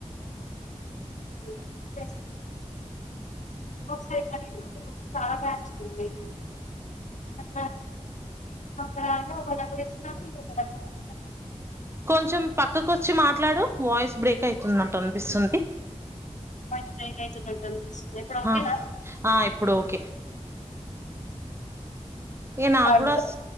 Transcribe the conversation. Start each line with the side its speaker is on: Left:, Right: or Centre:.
Left: <unintelligible> అ ఒకసారి కానీ నాకు చాలా నచ్చింది అట్లా అక్కడ ఒక బ్బలు ఇచ్చినా నకు ఒక బ్బస్తా <inaudible>
Right: కొంచెం పక్కకు వచ్చి మాట్లాడు, వాయిస్ బ్రేక్ అయితుందమ్ త.
Left: వాయిస్ బ్రేక్ అయితున్నట్టు అనిపిస్తుంది, ఇప్పుడు ఓకేనా?
Right: ఆ ఆ ఇప్పుడు ఓకే ఏ నా
Left: అంతే
Right: కూడా స్